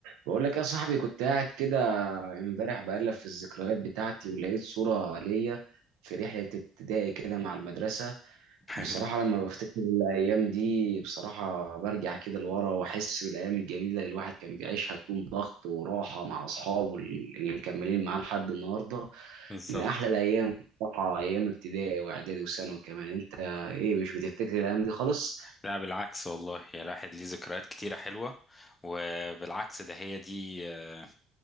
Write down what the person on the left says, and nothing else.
حلو
بالظبط
لا بالعكس والله يا الواحد ليه ذكريات كتيرة حلوة وبالعكس ده هي دي آه،